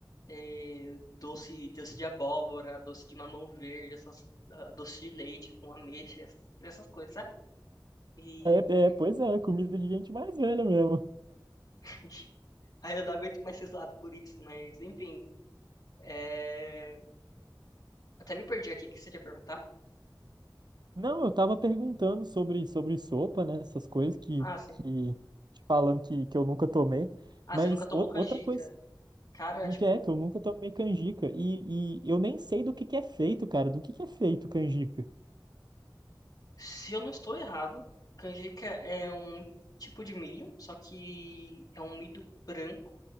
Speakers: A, on the left (about 50°); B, on the right (about 65°).
A: é, doce, doce de abóbora, doce de mamão verde, essas, ah, doce de leite com ameixa, essas, essas coisas, sabe? E
B: É, é, pois é, comida de gente mais velha mesmo.
A: <laughs> aí eu não aguento mais ser zoado por isso, mas enfim, é, Até me perdi aqui, o que você tinha perguntado?
B: Não, eu tava perguntando sobre, sobre sopa, né? Essas coisas que,
A: Ah, sim.
B: que te falando que, que eu nunca tomei.
A: Ah,
B: Mas
A: você nunca tomou
B: ou-
A: canjica.
B: outra coisa
A: Cara, é, tipo,
B: que é que eu nunca tomei canjica. E, e eu nem sei do que que é feito, cara. Do que que é feito canjica?
A: se eu não estou errado, canjica é um tipo de milho, só que é um milho branco.